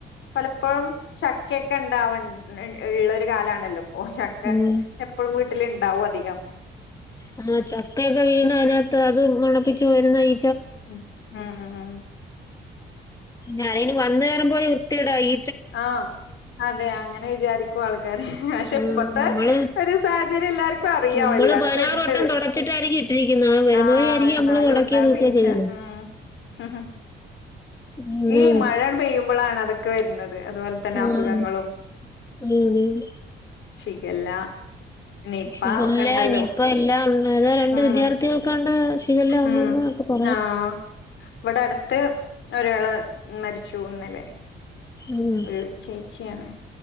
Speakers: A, on the left; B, on the left.
A: പലപ്പോഴും ചക്കയൊക്കെ ഇണ്ടാവ ണ്ട് ഇള്ള് ഒരു കാലാണല്ലോ ഇപ്പം ചക്ക
B: ഉം
A: എപ്പഴും വീട്ടില് ഇണ്ടാവും അധികം
B: ആ ചക്കയൊക്കെ വീണ് അതിനകത്ത് അത് മണപ്പിച്ച് വരുന്ന ഈ
A: ഉം ആ ആ ആ
B: ഞാനയിന് വന്ന് കേറുമ്പോ വൃത്യേടായി
A: ആഹ് അതെ അങ്ങനെ വിചാരിക്കും ആൾക്കാര് പക്ഷെ
B: ആഹ്
A: ഇപ്പത്തെ
B: നമ്മള്
A: ഒരു സഹച ചര്യം എല്ലാർക്ക്‌ ക്കും അറിയാ
B: നമ്മള്
A: എല്ലാടത്തും
B: പതിനാറ്
A: ഉണ്ടത്
B: വട്ടം തുടച്ചിട്ടായിരിക്കും ഇട്ടിരിക്കുന്നെ വരുന്നവഴി
A: ആ
B: ആയിരിക്കും
A: എന്നാലും
B: നമ്മള് തുടക്കുകയോ
A: ഉണ്ടാകും
B: തൂക്കുകയോ
A: ഈച്ച
B: ചെയ്യുന്നത്.
A: ആ ഉം ഉം
B: അങ്ങനെയുണ്ട്
A: ഈ മഴങ്ങട് പെയ്യുമ്പളാണ് അതൊക്കെ വരുന്നത് അതുപോലെ തന്നെ
B: ആഹ്
A: അസുഖങ്ങളും
B: അങ്ങനെ
A: ഷിഗല്ല നിപ്പ
B: ശിഖല്ല
A: ഒക്കെ ഉണ്ടല്ലോ
B: ഇനിപ്പം എല്ലാം ഉണ്ട് രണ്ട്
A: ഉം
B: വിദ്യാർത്ഥികൾക്കാണ്ട് ശിഖല്ല വന്നെന്നൊക്കെ
A: ഉം
B: പറ
A: ആഹ് ഇവടെ അടുത്ത് ഒരാള് മരിച്ചു ഇന്നലെ
B: ഉം
A: ഒരു ചേച്ചിയാണ്